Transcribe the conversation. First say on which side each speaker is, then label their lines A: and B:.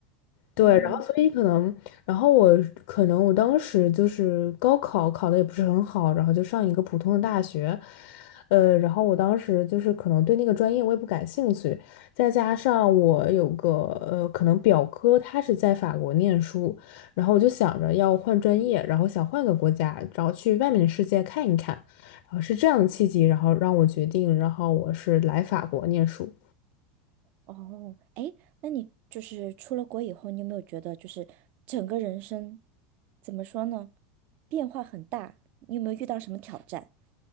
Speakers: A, on the left (about 65°); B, on the right (about 55°).
A: 对，
B: 嗯，
A: 然后所以可能，然后我可能我当时就是高考考的也不是很好，然后就上一个普通的大学，呃，然后我当时就是可能对那个专业我也不感兴趣，再加上我有个呃，可能表哥他是在法国念书，然后我就想着要换专业，然后想换个国家，然后去外面的世界看一看，然后是这样的契机，然后让我决定，然后我是来法国念书。
B: 哦，哎，那你就是出了国以后，你有没有觉得就是整个人生怎么说呢，变化很大？你有没有遇到什么挑战？